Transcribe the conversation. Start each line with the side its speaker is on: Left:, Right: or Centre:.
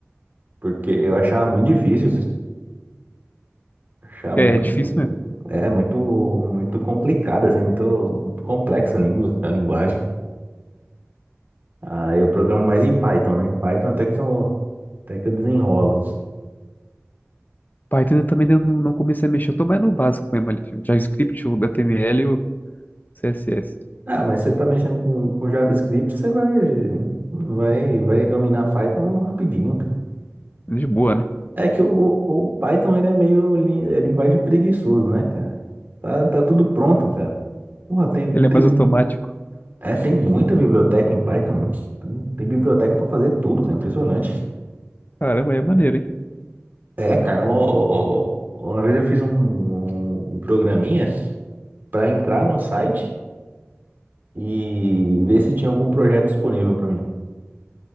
Right: Porque eu achava muito difícil, cara. Achava
Left: É
Right: muito,
Left: é difícil mesmo.
Right: é, muito, muito complicada, assim, muito, muito complexa a língua, a linguagem. Ah, eu programo mais em Python, né? Em Python até que eu, até que eu desenrolo.
Left: Python eu também não, não comecei a mexer. Eu tô mais no básico mesmo ali. O JavaScript, o HTML e o CSS.
Right: Ah, mas você tá mexendo com, com JavaScript, você vai, vai, vai dominar Python rapidinho, cara.
Left: De boa, né?
Right: É que o, o Python, ele é meio lin- é linguagem preguiçoso, né, cara? Tá, tá tudo pronto, cara. Porra, tem,
Left: Ele
Right: tem,
Left: é mais automático.
Right: é, tem muita biblioteca em Python, mano. Tem, tem biblioteca pra fazer tudo, cara. Impressionante.
Left: Caramba, aí é maneiro, hein?
Right: É, cara, o- uma vez eu fiz um, um programinha pra entrar no site e ver se tinha algum projeto disponível pra mim.